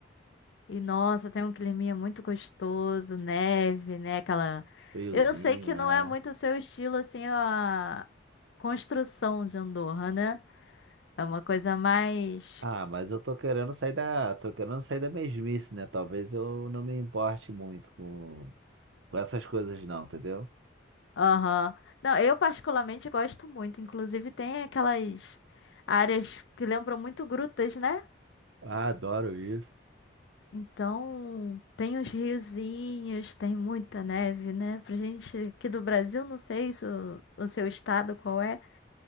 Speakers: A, on the left; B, on the right.
A: E nossa, tem um climinha muito gostoso, neve, né? Aquela.
B: Friozinho,
A: Eu sei que
B: é.
A: não é muito o seu estilo, assim, a construção de Andorra, né? É uma coisa mais
B: Ah, mas eu tô querendo sair da, tô querendo sair da mesmice, né? Talvez eu não me importe muito com, com essas coisas não, entendeu?
A: Aham. Não, eu particularmente gosto muito. Inclusive tem aquelas áreas que lembram muito grutas, né?
B: Ah, adoro isso.
A: Então tem os riozinhos, tem muita neve, né? Pra gente aqui do Brasil, não sei se o, o seu estado qual é,